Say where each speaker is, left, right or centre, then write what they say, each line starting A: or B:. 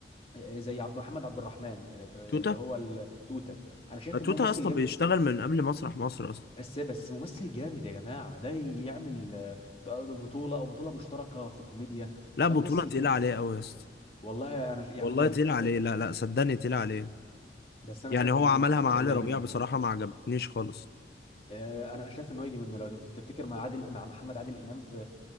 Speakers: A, on the left; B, on the left.
A: آه، زي عبد محمد عبد الرحمن آه، آه،
B: توتا
A: اللي هو التوته انا شايف ان
B: توتا
A: هو ممثل
B: اصلا
A: جامد
B: بيشتغل من قبل مسرح مصر اصلا
A: بس بس ممثل جامد يا جماعة ده يعمل آه، ده ده بطولة أو بطولة مشتركة في كوميديا
B: لا
A: ده
B: بطولة
A: ممثل
B: تقيلة
A: جامد
B: عليه قوي يا اسطى
A: والله أنا ش... يعني
B: والله
A: أنت لو
B: تقيلة
A: شفت في...
B: عليه لا لا صدقني تقيلة عليه
A: بس أنا
B: يعني
A: شايف
B: هو
A: إن
B: عملها
A: هو ممثل
B: مع
A: والله
B: علي ربيع
A: يجي منه
B: بصراحة ما عجبتنيش خالص
A: آه، انا شايف ان هو يجي منه لو تفتكر مع عادل مع محمد عادل امام في